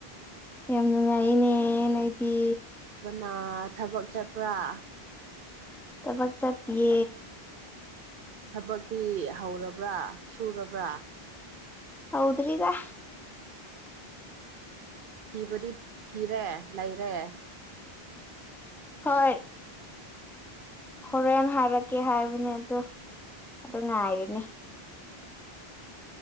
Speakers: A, in the centre; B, on the right.
A: ꯌꯥꯝ ꯅꯨꯡꯉꯥꯏꯅꯦ ꯅꯗꯤ
B: ꯅ ꯊꯕꯛ ꯆꯠꯄ꯭ꯔꯥ
A: ꯇꯃꯛ ꯆꯦ
B: ꯊꯕꯛꯇꯤ ꯍꯧꯔꯕ꯭ꯔꯥ ꯁꯨꯔꯕ꯭ꯔꯥ
A: ꯍꯥꯎꯗ꯭ꯔꯔꯤꯗ
B: ꯊꯤꯕꯗꯤ ꯊꯤꯔꯦ ꯂꯩꯔꯦ
A: ꯍꯣꯏ ꯍꯣꯔꯦꯟ ꯍꯥꯏꯔꯛꯀꯦ ꯍꯥꯏꯕꯅꯦ ꯑꯗ ꯑ ꯉꯥꯏꯅꯤꯦ